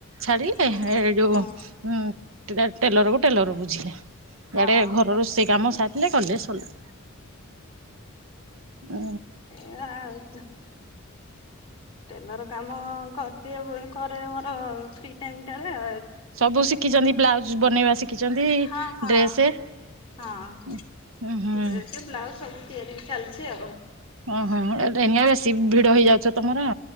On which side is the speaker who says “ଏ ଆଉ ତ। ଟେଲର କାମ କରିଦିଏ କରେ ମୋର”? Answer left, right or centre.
Left